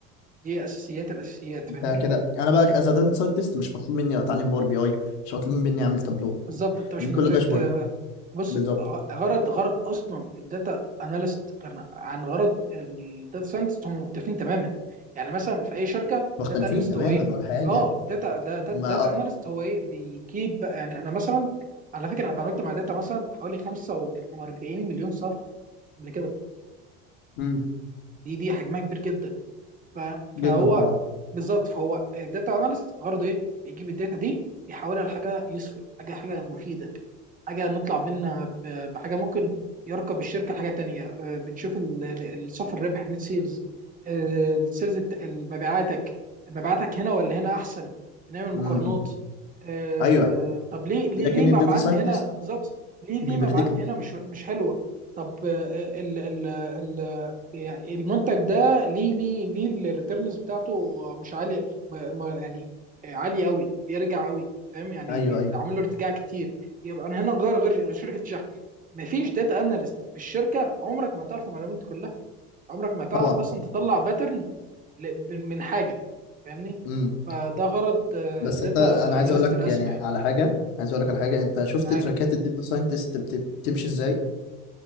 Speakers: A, on the right (about 25°); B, on the left (about 75°).
A: دي اساسيات الاساسيات
B: ده
A: فاهمني
B: كده انا بقى از داتا ساينتست مش مطلوب مني اتعلم باور بي اي مش مطلوب مني اعمل تابلو
A: بالظبط انت مش
B: دي
A: محتاج
B: كلها داشبورد
A: ت- بص
B: بالظبط
A: غ- غرض غرض اصلا الداتا اناليست عن غرض الداتا ساينتست هم مختلفين تماما يعني مثلا في اي شركه
B: مختلفين
A: داتا اناليست
B: تماما
A: هو ايه
B: ولا حاجه
A: اه داتا ده ده-
B: هما
A: داتا
B: أ-
A: اناليست هو ايه بيجيب بقى يعني انا مثلا على فكره انا اتعاملت مع داتا مثلا حوالي 45 مليون صف قبل كده
B: مم.
A: دي دي حجمها كبير جدا ف- فهو
B: جدا طبعا
A: بالظبط فهو الداتا اناليست غرضه ايه؟ بيجيب الداتا دي يحولها لحاجه يوسفول حاجه حاجه مفيده حاجه نطلع منها ب- بحاجه ممكن يركب الشركه لحاجه تانية آه، بتشوف ال- ال- الصافي الربح نت سيلز السيلز مبيعاتك مبيعاتك هنا ولا هنا احسن بنعمل مقارنات
B: امم
A: آه،
B: ايوه
A: طب ليه ليه
B: لكن
A: ليه مبيعاتنا
B: الداتا ساينتست
A: هنا بالظبط ليه ليه
B: بيبريدكت
A: مبيعاتنا هنا مش مش حلوه طب آه، ال ال ال يعني المنتج ده ليه ليه ليه الريتيرنز بتاعته مش عاليه ما ما يعني عاليه قوي بيرجع قوي فاهم يعني
B: ايوه
A: بيتعمل
B: ايوه
A: له ارتجاع كتير يبقى انا هنا نغير غير غير شركه الشحن مفيش داتا اناليست في الشركه عمرك ما هتعرف المعلومات دي كلها عمرك ما هتعرف
B: طبعا
A: اصلا تطلع باترن من حاجه فاهمني
B: امم
A: فده غرض
B: بس
A: داتا
B: انت انا عايز
A: اناليست
B: اقول لك
A: الاسمى
B: يعني على
A: يعني
B: حاجه عايز اقول لك على حاجه انت شفت
A: معاك
B: تراكات الداتا ساينتست بتمشي ازاي